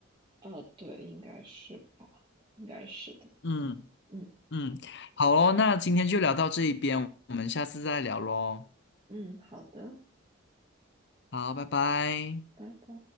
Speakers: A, on the right; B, on the left.
A: 啊，对，应该是吧，应该是的。
B: 嗯
A: 嗯
B: 嗯，好哦，那今天就聊到这一边，我们下次再聊喽。
A: 嗯，好的，
B: 好，拜拜。
A: 拜拜。